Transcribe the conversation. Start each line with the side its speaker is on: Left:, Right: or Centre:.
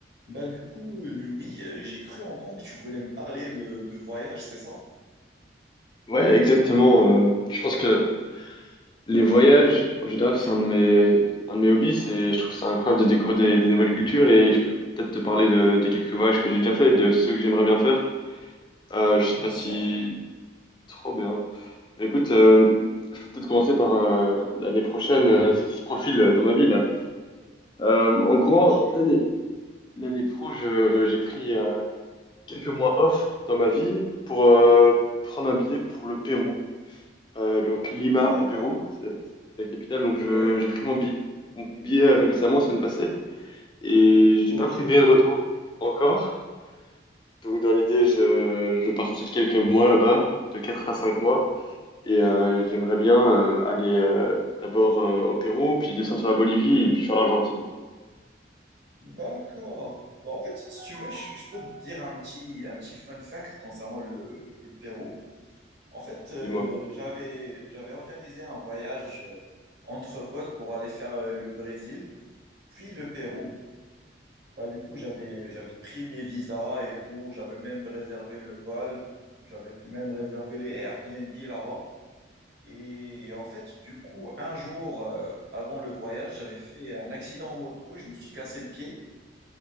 Right: Bah du coup, euh, Louis, euh, j'ai cru entendre que tu voulais me parler de, de voyage, c'est ça?
Left: Ouais, exactement. euh, je pense que les voyages, en général, c'est un de mes, un de mes hobbies. C'est, je trouve ça incroyable de découvrir des, des nouvelles cultures et je peux peut-être te parler de, des quelques voyages que j'ai déjà fait, et de ceux que j'aimerais bien faire. Euh,
Right: Ouais,
Left: je sais
Right: bien
Left: pas
Right: sûr.
Left: si trop bien. Mais écoute, euh, je peux peut-être commencer par euh, l'année prochaine, euh, ce qui se profile euh, dans ma vie là. Euh, en
Right: Ah
Left: gros,
Right: ok,
Left: l'année l'année pro, je- j'ai pris euh, quelques mois off dans ma vie pour euh, prendre un billet pour le Pérou. Euh, donc Lima
Right: d'accord.
Left: au Pérou, c'est la, c'est la capitale. Donc
Right: Ouais,
Left: je- j'ai pris mon billet, mon billet euh, récemment, semaine passée, et j'ai
Right: ok,
Left: pas pris de billet de retour encore. Donc dans l'idée, je, je vais partir quelques mois là-bas, de 4 à 5 mois, et euh, j'aimerais bien euh, aller euh, d'abord euh, au Pérou, puis descendre sur la Bolivie, et puis faire l'Argentine.
Right: d'accord. Bah, en fait, si tu veux, je, je peux te dire un petit, un petit fun fact concernant le, le Pérou. En fait, euh,
Left: Dis-moi.
Right: j'avais, j'avais organisé un voyage euh, entre potes pour aller faire euh, le Brésil, puis le Pérou. Bah, du coup, j'avais, j'avais pris mes visas et tout. J'avais même réservé le vol. J'avais même réservé les Airbnb là-bas. Et en fait, du coup, un jour euh, avant le voyage, j'avais fait un accident en moto et je me suis cassé le pied.